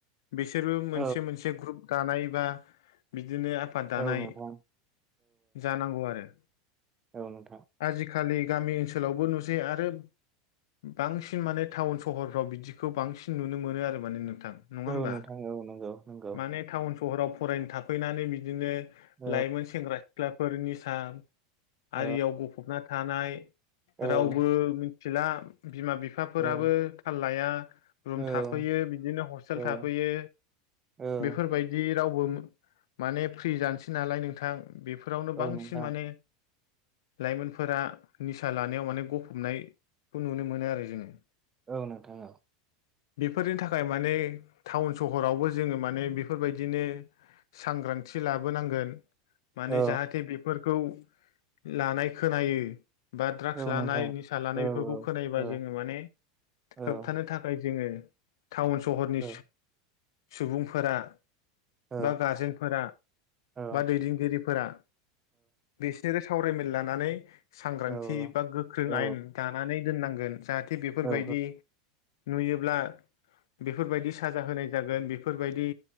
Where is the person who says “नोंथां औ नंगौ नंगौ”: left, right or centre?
Right